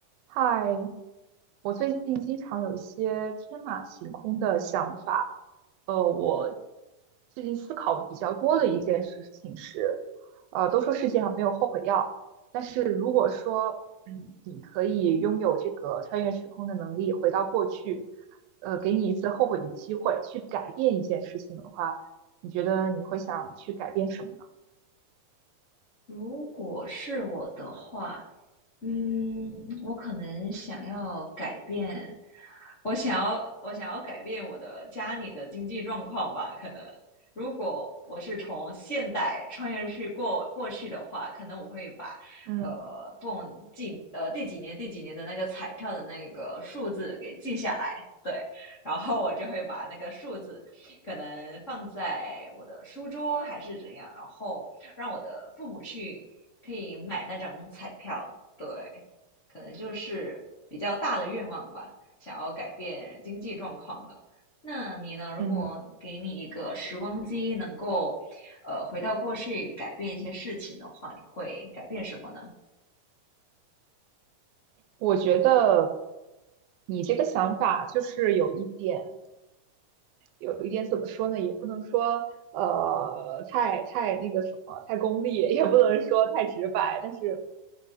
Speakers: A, on the right; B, on the left.
A: 嗨，我最近经常有一些天马行空的想法。呃，我最近思考比较多的一件事情是，呃，都说世界上没有后悔药，但是如果说，嗯，你可以拥有这个穿越时空的能力，回到过去，呃，给你一次后悔的机会，去改变一件事情的话，你觉得你会想去改变什么呢？
B: 如果是我的话，嗯，我可能想要改变，我想要我想要改变我的家里的经济状况吧，可能如果我是从现代穿越去过过去的话，可能我会把呃不懂几呃第几年第几年的那个彩票的那个数字给记下来，
A: 嗯
B: 对，然后我就会把那个数字可能放在我的书桌还是怎样，然后让我的父母去可以买那张彩票，对，可能就是比较大的愿望吧。想要改变经济状况的。那你呢？如果给你一个时光机，
A: 嗯，
B: 能够，呃，回到过去改变一些事情的话，你会改变什么呢？
A: 我觉得你这个想法就是有一点。有一点怎么说呢，也不能说呃太太那个什么太功利，<laughs> 也不能说太直白，但是